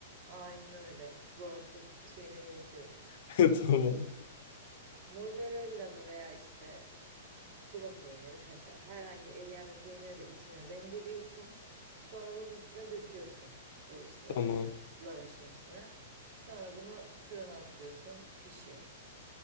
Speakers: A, on the right (about 35°); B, on the left (about 50°).
A: aynen öyle guatr şeyine gerek yok.
B: <laughs> Tamam.
A: Mozzarella'nı veya işte tulum peyniri, kaşar herhangi eriyen bir peyniri de içine rendeliyorsun. Sonra bunun üstüne döküyorsun. Bu işte
B: Tamam.
A: lavaşın üstüne. Sonra bunu fırına atıyorsun, pişiyor.